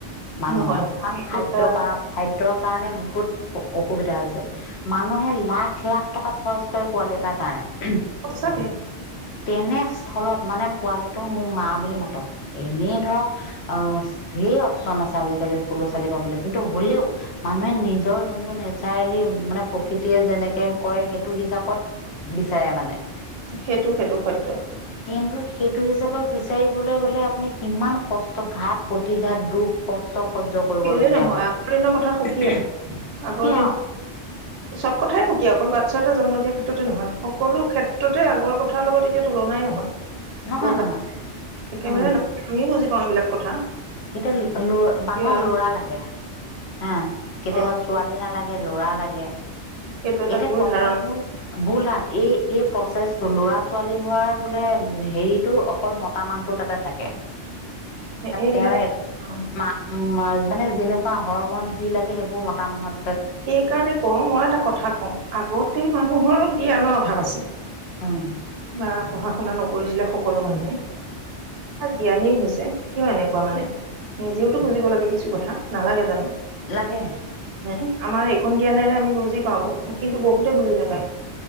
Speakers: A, on the left (about 70°); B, on the right (about 60°).
A: মানুহৰ
B: নহয় নহয়
A: কাৰণ
B: এইটো
A: খাদ্যয়
B: এটা
A: কাৰ খাদ্যয়ৰ কাৰণে বহুত অ-অসুবিধা হৈছে। মানুহে লাখ লাখ টকা খৰচ কৰে পোৱালি এটাৰ কাৰণে।
B: সঁচাকে।
A: তেনেস্থলত মানে পোৱালিটো মোক মা বুলি মাতক, এনেই ধৰক অ ধেৰ অপচন আছে আজিকালি <unintelligible> ছোৱালী পাবলে কিন্তু হ'লেও মানুহে নিজৰ যোনটো নেচাৰেলি মানে প্ৰকৃতিয়ে যেনেকে কৰে, সেইটো হিচাপত বিচাৰে মানে।
B: সেইটো, সেইটো সত্য।
A: কিন্তু সেইটো হিচাপে বিচাৰিবলৈ গ'লে আপুনি কিমান কষ্ট ঘাত প্ৰতিঘাত দুখ কষ্ট সহ্য কৰিবলগীয়া
B: কেলে নহয়
A: হয়',
B: আগৰ দিনৰ কথা সুকীয়া
A: সুকীয়া।
B: আগৰ দিন চব কথাই সুকীয়া, অকল বাচ্ছা এটা জন্ম দিয়াৰ ক্ষেত্ৰতে নহয়, সকলো ক্ষেত্ৰতে আগৰ কথাৰ লগত এতিয়া তুলনাই নহয়।
A: <inaudible>
B: গম পাই,
A: নহয়
B: একেবাৰে
A: উম
B: আমিওঁ বুজি পাওঁ এইবিলাক কথা।
A: এতিয়া ল মানুহক
B: এতিয়া
A: লৰা লাগে হা কেতিয়াবা
B: অ
A: ছো ছোৱালী নালাগে, ল'ৰা লাগে।
B: সেইটো এটা
A: এতিয়া
B: ভুল
A: কথা
B: ধাৰণা
A: হ'ল, বুল হাল, এই, এই প্ৰচেছটো ল'ৰা ছোৱালী হোৱাৰ বোলে হেৰিটো অকল মত তা মানুহটোৰ তাতে থাকে।
B: এইবিলাক
A: তেওঁ এ
B: অ
A: মানুহ মান যেনেকুৱা হৰমন যি লাগে সেইবোৰ মতা মানুহত
B: সেই কাৰণে কওঁ মই এটা কথা কওঁ আগতে মানুহৰ জ্ঞানৰ অভাৱ আছিল
A: উম।
B: বা পঢ়া শুনা নকৰিছিলে সকলো মানুহে। জ্ঞানীও হৈছে, কিয় এনেকুৱা মানে, নিজেওতো বুজিব লাগে, কিছু কথা, নালাগে জানোঁ।
A: লাগে।
B: হু আমাৰ এইখন জ্ঞানেৰে আমি বুজি পাওঁ কিন্তু বহুতে বুজি নাপায়